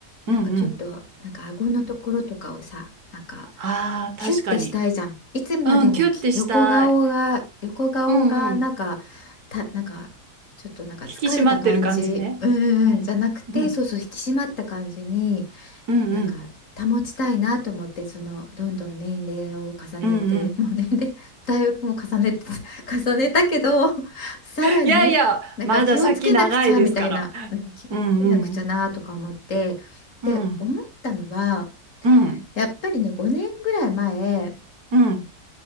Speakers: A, on the right; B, on the left.
A: うんうん
B: なんかちょっとなんか顎のところとかをさなんか
A: ああ、
B: キュッてしたいじゃん。
A: 確かに。
B: いつまでもき横顔が横顔がなんか
A: うん、キュッてしたい。うんうん。
B: たなんかちょっとなんか疲れた感じうーんじゃなくてそうそう引き締まった感じに
A: 引き締まってる感じね。うん、うん、うん、
B: なんか保ちたいなと思ってそのどんどん年齢を重ねてもう年齢だいぶもう重ねて
A: うん、うんうん。
B: <laughs> 重ねたけどさらになんか気をつけなくちゃみたいな、
A: いやいや、まだ先長いですから。
B: うん、気をつけなくちゃなとか思ってで思ったのは
A: うんうん、うん、うん、
B: やっぱりね5年ぐらい前
A: うん。